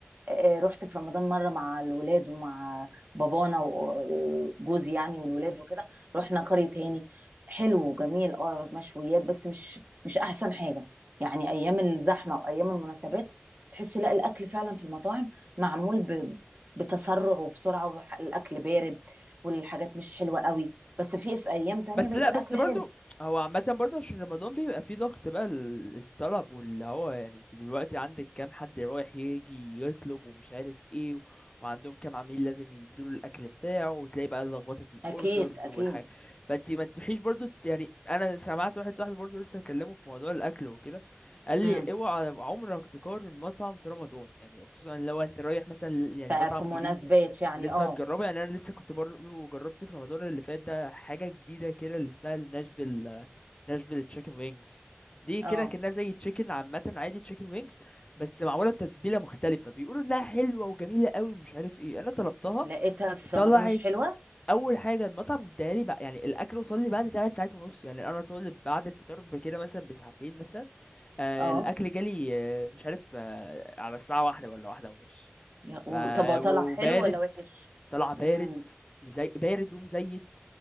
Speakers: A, on the right (about 45°); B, on the left (about 25°).
A: آه، رحت في رمضان مره مع الولاد ومع بابانا وجوزي يعني والولاد وكده رحنا قريه هاني حلو وجميل اه مشويات بس مش مش احسن حاجه يعني ايام الزحمه وايام المناسبات تحس لا الاكل فعلا في المطاعم معمول ب- بتسرع وبسرعه والاكل بارد والحاجات مش حلوه قوي بس في في ايام تانية
B: بس
A: بيبقى
B: لا
A: الاكل
B: بس برضو
A: حلو
B: هو عامة برضو عشان رمضان بيبقى فيه ضغط بقى ال- الطلب واللي هو يعني انت دلوقتي عندك كام حد رايح يجي يطلب ومش عارف ايه و... وعندهم كام عميل لازم يديله الأكل بتاعه وتلاقي بقى لخبطة الأوردرز
A: اكيد اكيد
B: والحاجة فانت ما تروحيش برضو ت- يعني أنا سمعت واحد صاحبي برضو لسه مكلمه في موضوع الأكل وكده قال
A: امم
B: لي اوعى عمرك تقارن مطعم في رمضان يعني خصوصا لو انت رايح مثلا يعني
A: ففي
B: مطعم جديد
A: مناسبات يعني
B: لسه
A: اه
B: هتجربه يعني انا لسه كنت برضه جربت في رمضان اللي فات ده حاجه جديده كده اللي اسمها الناشفيل ناشفيل تشيكن وينجز دي
A: اه
B: كده كانها زي تشيكن عامه عادي تشيكن وينجز بس معموله بتتبيله مختلفه بيقولوا انها حلوه وجميله قوي مش عارف ايه انا طلبتها
A: لقيتها في
B: طلعت
A: رمضان مش حلوة
B: اول حاجه المطعم اداها لي بقى يعني الاكل وصل لي بعد ثلاث ساعات ونص يعني انا طالب بعد الفطار بكده مثلا بساعتين مثلا آه
A: اه
B: الاكل جالي آه مش عارف آه على الساعه واحدة ولا واحدة ونص
A: يا- و-
B: ف
A: طب هو طلع
B: و-
A: حلو
B: وبارد
A: ولا وحش
B: طلع بارد
A: امم
B: مزي... بارد ومزيت